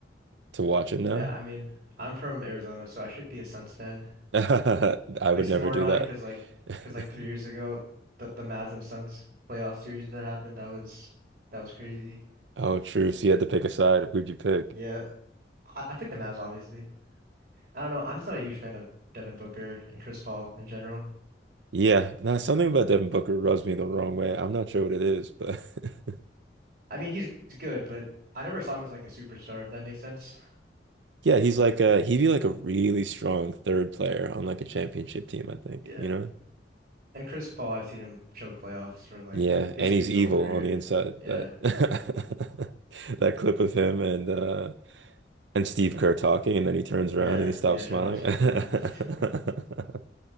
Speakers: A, on the right (about 85°); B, on the right (about 55°).
A: to watch it now.
B: Yeah, I mean, I'm from Arizona, so I should be a Suns fan.
A: <laughs> I would
B: Which
A: never
B: is more
A: do
B: ironic
A: that.
B: because like
A: <laughs>
B: because like three years ago the the Mavs and Suns playoff series that happened that was that was crazy.
A: Oh, true. So you had to pick a side. Who'd you pick?
B: Yeah, I, I picked the Mavs obviously. I don't know. I'm just not a huge fan of Devin Booker and Chris Paul in general.
A: Yeah, now something about Devin Booker rubs me the wrong way. I'm not sure what it is, but <laughs>
B: I mean, he's good, but I never saw him as like a superstar, if that makes sense.
A: Yeah, he's like a he'd be like a really strong third player on like a championship team, I think,
B: Yeah,
A: you know?
B: and Chris Paul, I've seen him choke playoffs for like
A: Yeah,
B: basically
A: and he's
B: his
A: evil
B: whole career.
A: on the inside.
B: Yeah,
A: That <laughs> that clip of him and uh and Steve Kerr talking and then he turns
B: yeah,
A: around and he stops
B: yeah. Turns
A: smiling.
B: out, start yeah, <laughs>
A: <laughs>